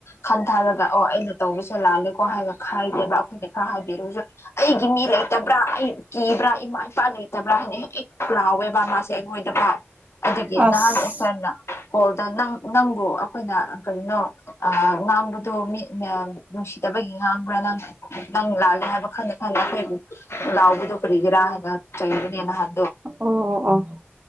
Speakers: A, on the left; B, on the right.
A: ꯈꯟꯊꯔꯒ ꯑꯣ ꯑꯩꯅ ꯇꯧꯕꯁꯦ ꯂꯥꯜꯂꯦꯀꯣ ꯍꯥꯏꯒ ꯈꯥꯏꯗꯦꯕ ꯑꯩꯈꯣꯏꯅ ꯈꯔ ꯍꯥꯏꯕꯤꯔꯨꯁꯨ ꯑꯩꯒꯤ ꯃꯤ ꯂꯩ ꯕ꯭ꯔꯥ ꯑꯩ ꯀꯤꯕ꯭ꯔꯥ ꯏꯃꯥ ꯏꯄꯥ ꯂꯩꯇꯕ꯭ꯔꯥ ꯍꯥꯏꯅ ꯍꯦꯛ ꯍꯦꯛ ꯂꯥꯎꯋꯦꯕ ꯃꯥꯁꯦ ꯑꯩꯉꯣꯏꯗ ꯄ ꯑꯗꯨꯒꯤ
B: ꯑꯁ
A: ꯅꯍꯥꯟ ꯑꯦꯁꯔꯅ ꯍꯣꯜꯗ ꯅꯪ ꯅꯪꯕꯨ ꯑꯩꯈꯣꯏꯅ ꯀꯔꯤꯅꯣ ꯑ ꯉꯥꯡꯕꯗꯣ ꯃꯤ ꯅꯨꯡꯁꯤꯗꯕꯒꯤ ꯉꯥꯡꯕ꯭ꯔꯥ ꯅꯪ ꯅꯪ ꯂꯥꯜꯂꯦ ꯍꯥꯏꯕ ꯈꯪꯗꯦ ꯈꯪꯗꯦ ꯑꯩꯈꯣꯏꯕꯨ ꯂꯥꯎꯎꯕꯤꯗꯨ ꯐꯔꯤꯒꯔꯥ ꯍꯥꯏ ꯆꯪꯗꯅꯤꯅ ꯍꯥꯏ
B: ꯑꯣ ꯑꯣ ꯑꯣ